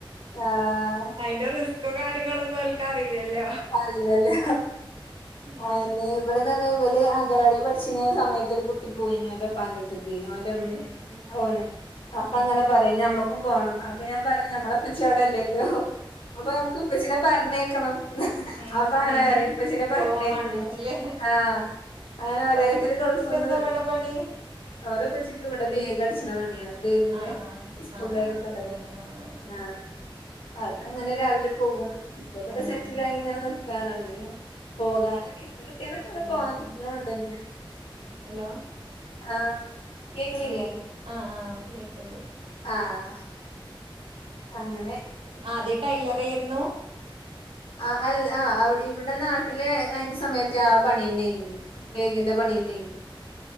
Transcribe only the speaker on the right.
അയിന്റെ റിസ്കോ കാര്യങ്ങളൊന്നും ഒൽക്കറീലല്ലോ.
ഉം
ഉം ഉം
ഉം
ഉം
ഉം ഉം
പോവാൻ വാണ്ടീട്ടില്ലേ
ഓലെ മ്മച്ചിക്ക്
എന്താ ഇവിടെ പണി
ആഹ് ആഹ്
ആഹ്
ആഹ് അതല്ലേ
ആഹ് ആഹ് ആഹ്
ഉം
ഉം
എന്നിട്ട്
ഹലോ
ആ ആ ആ ഇപ്പ കേക്കണ്ട്.
ആദ്യം ടൈലറായിരുന്നു.